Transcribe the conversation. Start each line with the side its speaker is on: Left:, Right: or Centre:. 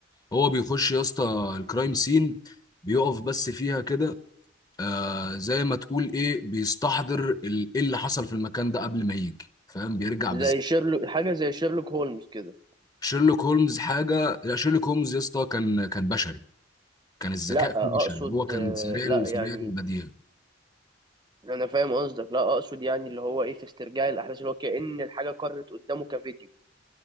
Left: هو بيخش يا اسطى الكرايم سين بيقف بس فيها كده آه زي ما تقول ايه بيستحضر ال- ايه اللي حصل في المكان ده قبل ما يجي فاهم بيرجع
Right: زي شيرلوك حاجة زي شيرلوك هولمز كده
Left: شيرلوك هولمز حاجه لا شيرلوك هولمز يا اسطى كان كان بشري كان الذكاء
Right: لا
Left: فيه
Right: أقصد
Left: بشري هو كان
Right: آه،
Left: سريع
Right: لا
Left: ال-
Right: يعني
Left: سريع البديهه
Right: أنا فاهم قصدك لا أقصد يعني اللي هو إيه في استرجاع الأحداث اللي هو كأن الحاجة قرت قدامه كفيديو